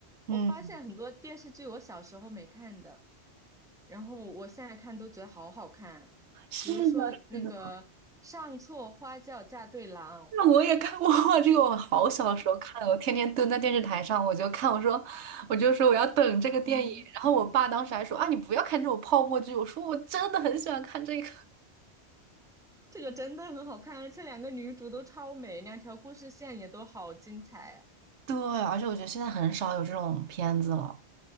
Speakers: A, on the right; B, in the centre.
A: 嗯，
B: 我发现很多电视剧我小时候没看的，然后我现在看都觉得好好看，
A: 是的，
B: 比如说那个《上错花轿嫁对郎》，
A: 是的。那我也看过哇，这个我好小的时候看的，我天天蹲在电视台上，我就看，我说，我就说我要等这个电影，
B: 嗯，
A: 然后我爸当时还说啊，你不要看这种泡沫剧，我说我真的很喜欢看这个。
B: 这个真的很好看，而且两个女主都超美，两条故事线也都好精彩啊。
A: 对，而且我觉得现在很少有这种片子了。